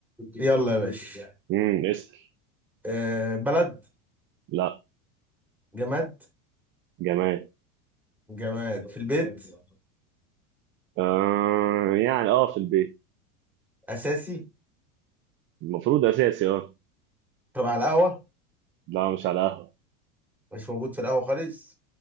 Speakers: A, in the centre; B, on the right (about 30°).
A: يلا يا باشا يعني
B: امم اسال
A: آه، بلد
B: لا
A: جماد بس
B: جماد
A: جماد في البيت
B: آه يعني اه في البيت
A: أساسي
B: المفروض اساسي اه
A: طب على القهوة
B: لا مش على قهوة
A: مش موجود في القهوة خالص